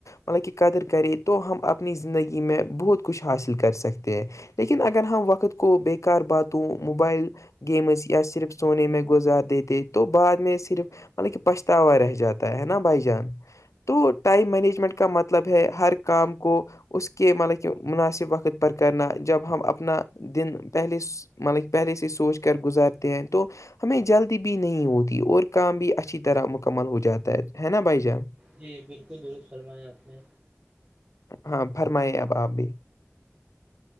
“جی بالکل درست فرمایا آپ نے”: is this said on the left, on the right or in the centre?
Right